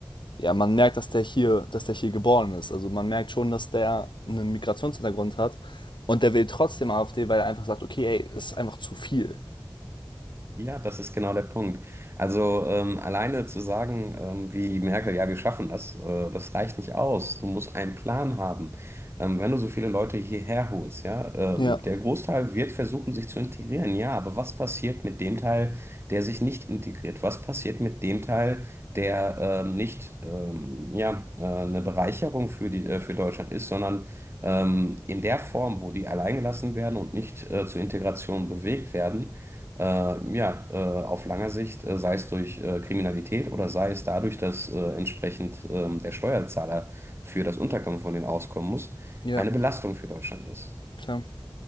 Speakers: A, on the left (about 80°); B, on the right (about 30°).
A: ja, man merkt, dass der hier, dass der hier geboren ist. Also man merkt schon, dass der einen Migrationshintergrund hat und der will trotzdem AfD, weil er einfach sagt, okay, ey, ist einfach zu viel.
B: Ja, das ist genau der Punkt. Also ähm, alleine zu sagen, ähm, wie Merkel, ja, wir schaffen das, äh, das reicht nicht aus. Du musst einen Plan haben. Ähm, wenn du so viele Leute hierher holst, ja, ähm,
A: Ja.
B: der Großteil wird versuchen, sich zu integrieren, ja, aber was passiert mit dem Teil, der sich nicht integriert? Was passiert mit dem Teil, der ähm, nicht ähm, ja, äh, eine Bereicherung für die, äh, für Deutschland ist, sondern ähm, in der Form, wo die alleingelassen werden und nicht äh, zur Integration bewegt werden? äh, ja, äh, auf lange Sicht, äh, sei es durch äh, Kriminalität oder sei es dadurch, dass äh, entsprechend ähm, der Steuerzahler für das Unterkommen von denen auskommen muss,
A: Ja,
B: eine Belastung für Deutschland ist.
A: klar.